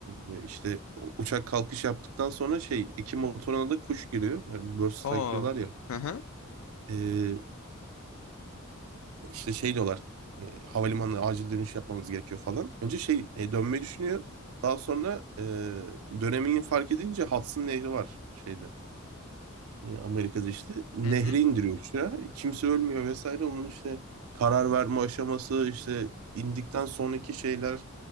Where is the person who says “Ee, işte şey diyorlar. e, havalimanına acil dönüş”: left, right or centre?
Right